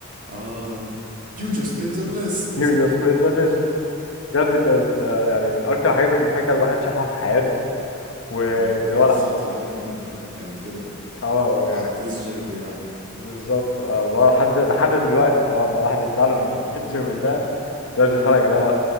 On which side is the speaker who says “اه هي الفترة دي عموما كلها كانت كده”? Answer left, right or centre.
Right